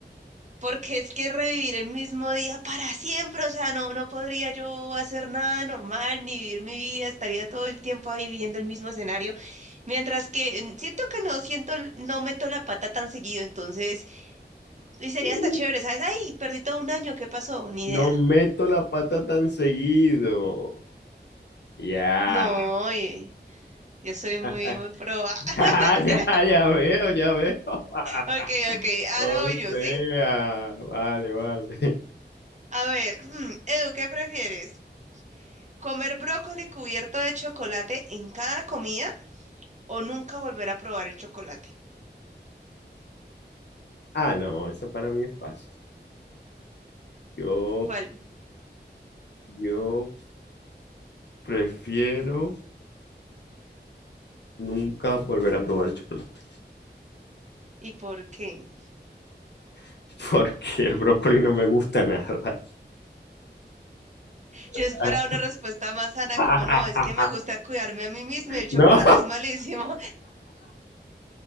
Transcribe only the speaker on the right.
porque es que revivir el mismo día para siempre, o sea, no, no podría yo hacer nada normal ni vivir mi vida, estaría todo el tiempo ahí viviendo el mismo escenario, mientras que mm, siento que no siento, no meto la pata tan seguido, entonces... Y sería
hasta chévere, ¿sabes? Ay, perdí todo un año, ¿qué pasó? Ni idea.
No, y- yo soy
muy, muy pro. ah. <laughs>
Mentira.
Ok, ok, ahora
voy yo,
¿sí?
A ver, <clears throat> Edu, ¿qué prefieres? ¿Comer brócoli cubierto de chocolate en cada comida o nunca volver a probar el chocolate?
¿Cuál?
¿Y por qué?
Yo
esperaba una respuesta más sana
como no, es que me gusta cuidarme a mí mismo y el chocolate
es malísimo.